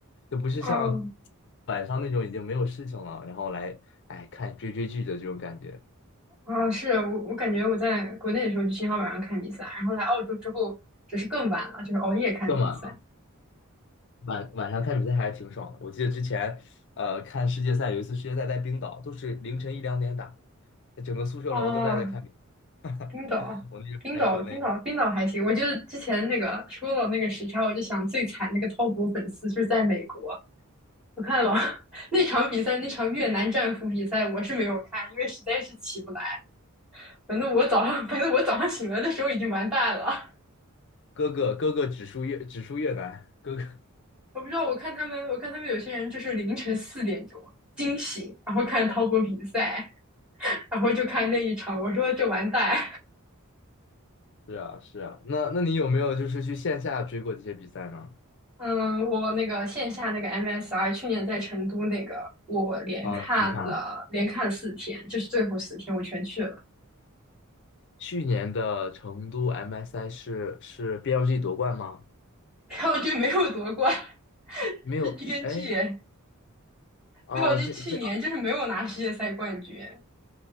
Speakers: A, on the left; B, in the centre.
A: 就不是像
B: 嗯，
A: 晚上那种已经没有事情了，然后来哎看追追剧的这种感觉，
B: <laughs> 啊，是啊我我感觉我在国内的时候就经常晚上看比赛，然后来澳洲之后只是更晚了，就是熬夜看比赛。
A: 更晚了。晚晚上看比赛还是挺爽的。我记得之前呃看世界赛，有一次世界赛在冰岛，都是凌晨一两点打，整个宿舍楼都在在看比赛。
B: 啊，
A: <laughs>
B: 冰岛啊，
A: 我那时候还在国内，
B: 冰岛，冰岛，冰岛还行。我觉得之前那个说到那个时差，我就想最惨那个滔搏粉丝就是在美国。我看了 <laughs> 那场比赛，那场越南战俘比赛，我是没有看，因为实在是起不来。反正我早上，<laughs> 反正我早上醒来的时候已经完蛋了。
A: 哥哥哥哥只输越只输越南，哥哥。
B: 我不知道，我看他们，我看他们有些人就是凌晨四点钟惊醒，然后看滔搏比赛，<laughs> 然后就看那一场，我说这完蛋，
A: 是啊，是啊，那那你有没有就是去线下追过这些比赛呢？
B: 嗯，我那个线下那个 MSI 去年在成都那个，我连看了连看了四天，
A: 啊，你去看了，
B: 就是最后四天我全去了，
A: 去年的成都 MSI 是是 BLG 夺冠吗？
B: 然后就没有夺冠，<laughs>
A: 没有，
B: 是 GNG，
A: 哎，
B: 耶
A: 啊，
B: 没有就去年就是没有拿世界赛冠军。
A: 这这